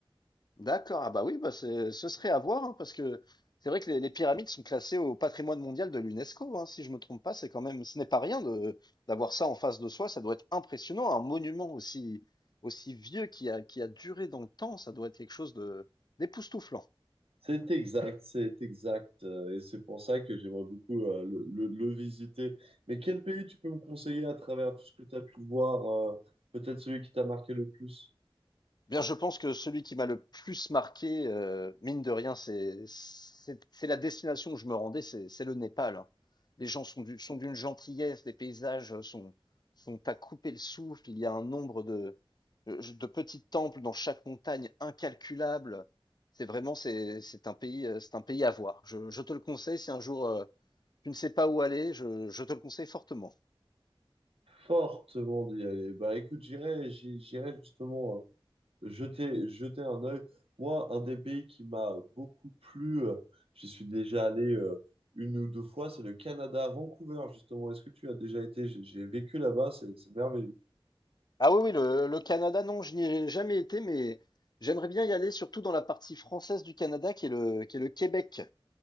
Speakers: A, on the left; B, on the right.
A: D'accord, ah bah oui, bah c'est- ce serait à voir, hein, parce que c'est vrai que les, les pyramides sont classées au patrimoine mondial de l'UNESCO, hein, si je me trompe pas, c'est quand même, ce n'est pas rien de d'avoir ça en face de soi, ça doit être impressionnant, un monument aussi aussi vieux qui a qui a duré dans le temps, ça doit être quelque chose de d'époustouflant.
B: C'est exact, c'est exact. euh, Et c'est pour ça que j'aimerais beaucoup euh, le, le- le visiter. Mais quel pays tu peux me conseiller à travers tout ce que tu as pu voir, euh, peut-être celui qui t'a marqué le plus?
A: Eh Bien, je pense que celui qui m'a le plus marqué, heu, mine de rien, c'est c'est c'est la destination où je me rendais, c'est c'est le Népal, hein. Les gens sont d'u sont d'une gentillesse, les paysages, sont sont à couper le souffle. Il y a un nombre de, heu, de petits temples dans chaque montagne incalculable. C'est vraiment c'est c'est un pays, heu, c'est un pays à voir. Je je te le conseille si un jour, heu, tu ne sais pas où aller, je je te le conseille fortement.
B: Fortement d'y aller. Bah écoute, j'irai, j'y- j'irai justement euh, Jetez, jetez un œil. Moi, un des pays qui m'a beaucoup plu, euh, j'y suis déjà allé euh, une ou deux fois, c'est le Canada, à Vancouver, justement. Est-ce que tu as déjà été? J'ai j'ai vécu là-bas, c'est c'est merveilleux.
A: Ah oui, oui, le, le Canada, non, je n'y ai jamais été, mais j'aimerais bien y aller, surtout dans la partie française du Canada, qui est le, qui est le Québec.